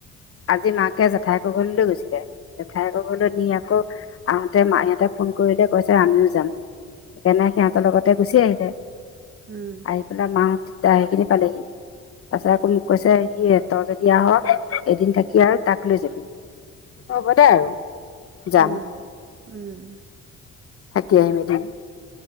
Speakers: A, on the left (about 50°); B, on the right (about 40°).
A: আজি মাকে জেঠয়েকৰ ঘৰলৈ লৈ গৈছিলে জেঠায়েকৰ ঘৰলৈ নি আকৌ আহোতে মাই হতে ফোন কৰিলে কৈছে আমিও যাম সেইকাৰণে সিহঁতৰ লগতে গুচি আহিলে।
B: উম।
A: আহি পেলাই মাহঁত তেতিয়া সেইখিনি পালেহি তাৰ পিছত আকৌ মোক কৈছে সিহতৰ যদি দিয়া হ এদিন থাকি আৰু তাক লৈ যাবি। হ'ব দে আৰু যাম।
B: উম, উম,
A: থাকি আহিম এদিন।